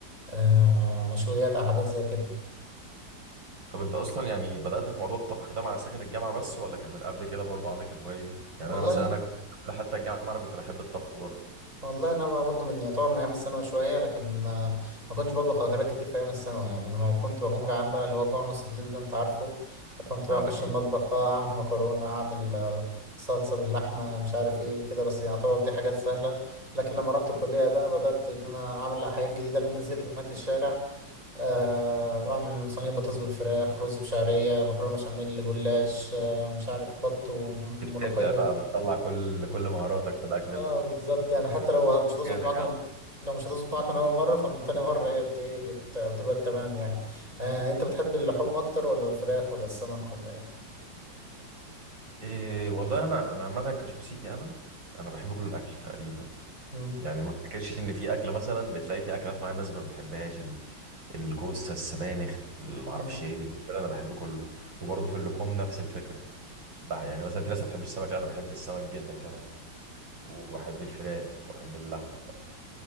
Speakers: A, on the right; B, on the right.
A: آه مشويات او حاجات زي كده
B: طب انت اصلا يعني بدات في موضوع الطبخ ده مع سكن الجامعه بس ولا كان من قبل كده برضه عندك الهوايه دي يعني
A: والله
B: انا مثلا انا كنت قبل حتى الجامعه انا كنت بحب الطبخ برضه
A: والله انا بقى برضه من يعتبر من ايام الثانوي شويه لكن آه، ما كنتش بطبخ اكلات كتير في ايام الثانوي يعني لما كنت بكون جعان بقى اللي هو جوع نص الليل ده انت عارفه كنت بقى
B: اه
A: اخش
B: اكيد
A: المطبخ اه اعمل مكرونه اعمل آه، صلصه باللحمه مش عارف ايه كده بس يعتبر دي حاجات سهله لكن لما رحت الكليه ده بدات ان انا اعمل حاجات جديده لان زهقت من اكل الشارع آه، اعمل صينيه بطاطس بالفراخ رز بشعريه مكرونه بشاميل جلاش آه، مش عارف بط وملوخيه
B: بتبدع بقى بتطلع كل كل مهاراتك في الاكل
A: اه
B: ده
A: بالظبط يعني حتى لو مش هتظبط
B: جامد
A: معاكم
B: يا عم
A: لو مش هتظبط معاكم من اول مره فمن تاني مره هي بت... إيه بت... بتبقى تمام يعني آه انت بتحب اللحوم اكتر ولا الفراخ ولا السمك ولا ايه
B: إيه والله انا انا عامه كشخصيتي انا انا بحب كل الاكل تقريبا
A: مم.
B: يعني ما افتكرش ان في اكله مثلا بتلاقي في اكلات معينه الناس ما بتحبهاش ال- الكوسه السبانخ اللي ما
A: اه
B: اعرفش ايه بالنسبه لي انا بحب كله وبرضه في اللحوم نفس الفكره بقى يعني مثلا في ناس ما بتحبش السمك لا انا بحب السمك جدا كمان وبحب الفراخ وبحب اللحمه